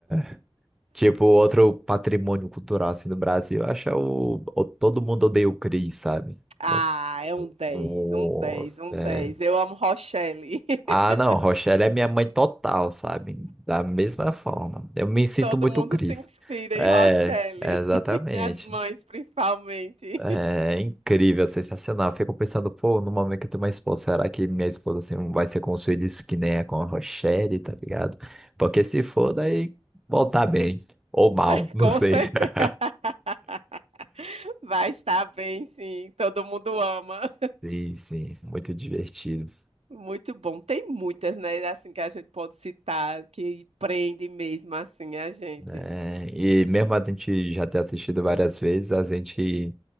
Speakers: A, in the centre; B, on the right.
A: é. Tipo, outro patrimônio cultural assim do Brasil, eu acho que é o, o Todo Mundo Odeia o Chris, sabe?
B: Ah,
A: No-
B: é um dez,
A: Nossa,
B: um 10, um
A: é.
B: 10. Eu amo Rochelle. <laughs>
A: Ah, não, Rochelle é minha mãe total, sabe? Da mesma forma. Eu me sinto
B: Todo
A: muito
B: mundo
A: Cris.
B: se inspira
A: É,
B: em Rochelle.
A: é, exatamente.
B: <laughs> As mães, principalmente.
A: É
B: <laughs>
A: incrível, sensacional. Eu Fico pensando, pô, no momento que eu tenho uma esposa, será que minha esposa assim, vai ser com os filhos que nem é com a Rochelle, tá ligado? Porque se for, daí voltar bem. Ou mal,
B: Ah,
A: não
B: Com
A: sei.
B: certeza.
A: <laughs>
B: <laughs> Vai estar bem, sim. Todo mundo ama.
A: Sim, sim, muito divertido.
B: <laughs> Muito bom. Tem muitas, né? Assim que a gente pode citar, que prende mesmo assim a gente.
A: É, e mesmo a gente já ter assistido várias vezes, a gente